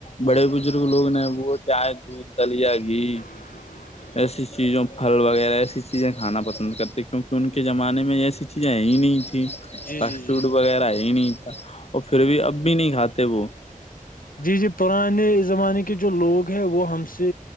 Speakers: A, on the left; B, on the left.
A: بڑے بزرگ لوگ نے وہ چے دودھ دلیا گھی
B: ج
A: ایسی چیزوں پھل وغیرہ ایسی چیزیں کھانا پسند کرتے کیونکہ ان کے زمانے میں ایسی چیزیں ہی نہیں تھیں
B: جی
A: فاسٹ
B: جی جی
A: فوڈ وغیرہ ہے ہی نہیں تھا اور پھر بھی اب بھی نہیں کھاتے وہ
B: جی جی پرانے زمانے کے جو لوگ ہیں وہ ہم سے